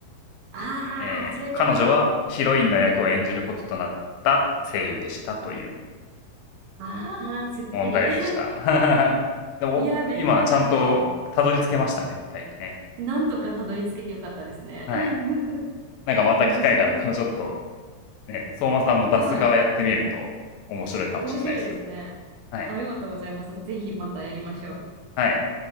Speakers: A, on the right; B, on the left.
A: ああ、
B: えー彼女はヒロインの役を演じることとなった声優でしたという
A: そういうことか。ああ、すっきり。
B: 問題でした
A: <laughs>
B: <laughs> でも今ちゃんとたどり着けましたね答えにね
A: いや、めっちゃ面白いです。なんとかたどり着けてよかったですね。
B: はい
A: <laughs>
B: なんかまた機会があったらちょっと
A: 面白い。
B: ね相馬さんも出す側やってみると面白いかもしれないですよ
A: はい。面白いですね。
B: はい
A: ありがとうございます。ぜひまたやりましょう。
B: はい